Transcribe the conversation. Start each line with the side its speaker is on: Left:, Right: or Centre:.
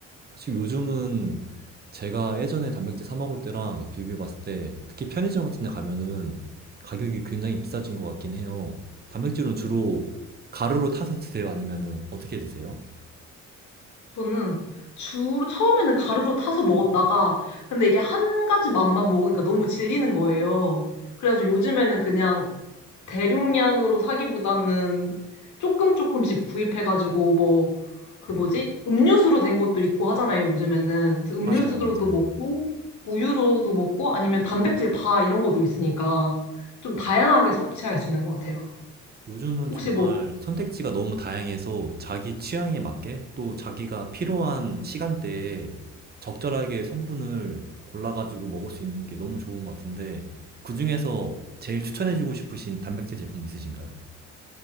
Right: 사실 요즘은 제가 예전에 단백질 사 먹을 때랑 비교해 봤을 때 특히 편의점 같은 데 가면은 가격이 굉장히 비싸진 것 같긴 해요. 단백질은 주로 가루로 타서 드세요? 아니면은 어떻게 드세요?
Left: 저는 주, 처음에는 가루로 타서 먹었다가 근데 이게 한 가지 맛만 먹으니까 너무 질리는 거예요. 그래가지고 요즘에는 그냥 대용량으로 사기보다는 조금 조금씩 구입해가지고 뭐 그 뭐지? 음료수로 된 것도 있고 하잖아요, 요즘에는. 그래서 음료수로도
Right: 맞아요, 맞아요.
Left: 먹고 우유로도 먹고 아니면 단백질 바 이런 것도 있으니까 좀 다양하게 섭취할 수 있는 것 같아요.
Right: 요즘은
Left: 혹시
Right: 정말
Left: 뭐
Right: 선택지가 너무 다양해서 자기 취향에 맞게 또 자기가 필요한 시간대에 적절하게 성분을 골라가지고 먹을 수 있는 게 너무 좋은 것 같은데 그중에서 제일 추천해주고 싶으신 단백질 제품 있으신가요?